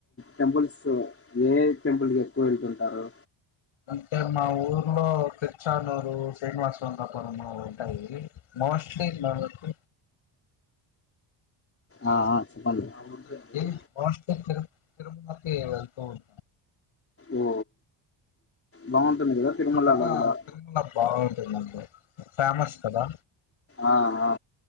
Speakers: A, on the left; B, on the left.
A: టెంపుల్స్ ఏ ఏ టెంపుల్ కి ఎక్కువ వెళ్తుంటారు.
B: అంటే మా వొర్లో తిర్చానూరు శ్రీనివాసవంగాపురము ఉంటాయి మోస్టలీ మనకు <unintelligible>
A: ఆ ఆ చెప్పండి
B: తిరు తిరుమలకి వెళ్తూ ఉం
A: ఓ బాగుంటుంది కదా తిరుమలలో
B: అక్కడ
A: కూడా
B: తిరుమల బావుంటుంది అండి ఫేమస్ కదా
A: ఆ ఆ